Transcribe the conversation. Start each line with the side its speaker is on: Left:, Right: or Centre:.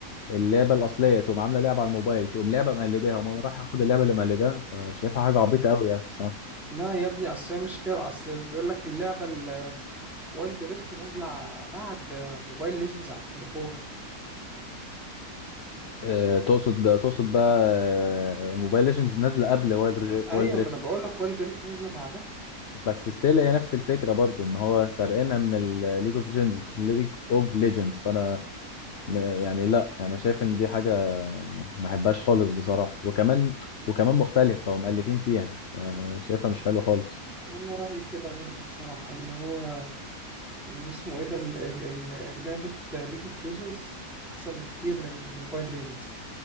Left: اللعبه الاصليه تقوم عامله لعبه على الموبايل تقوم لعبه مقلداها وما انا رايح اخد اللعبه اللي مقلداها فشايفها حاجه عبيطه قوي يعني بصراحه
Centre: لا يا ابني اصل هي مش كده اصل اللي بيقول لك اللعبة الوايلد دريفت نازلة ع- بعد موبايل ليجندز على التليفون
Left: آه تقصد تقصد بقى موبايل ليجندز نازله قبل وايلد
Centre: ايوه
Left: دريفت
Centre: ما انا بقول لك وايلد دريفت نازلة بعدها
Left: بس ستيل هي نفس الفكره برضو ان هو سرقنا من الليج اوف ليجندز ليج اوف ليجندز فانا م- يعني لا يعني انا شايف ان دي حاجه ما احبهاش خالص بصراحه وكمان وكمان مختلفه ومؤلفين فيها شايفها مش حلوه خالص
Centre: انا رأيي كده برضه بصراحة اللي هو ان اسمه ايه ده ال- ال- ال- لعبة ليج اوف ليجندز احسن بكتير من موبايل ليجندز